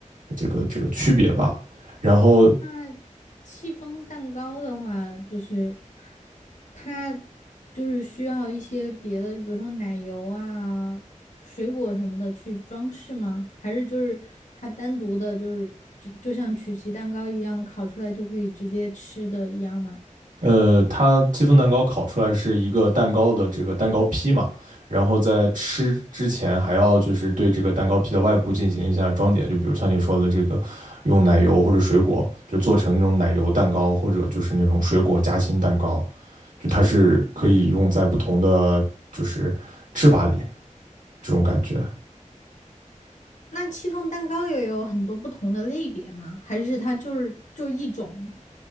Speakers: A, on the right; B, on the left.
A: 这个这个区别吧。然后，
B: 那戚风蛋糕的话，就是它就是需要一些别的，就比如说奶油啊、水果什么的去装饰吗？还是就是它单独的，就是就就像曲奇蛋糕一样烤出来就可以直接吃的一样吗？
A: 呃，它戚风蛋糕烤出来是一个蛋糕的这个蛋糕坯嘛，然后在吃之前还要就是对这个蛋糕坯的外部进行一下装点，就比如像你说的这个用奶油或者水果，就做成那种奶油蛋糕或者就是那种水果夹心蛋糕，就它是可以用在不同的就是吃法里这种感觉。
B: 那戚风蛋糕也有很多不同的类别吗？还是它就是就一种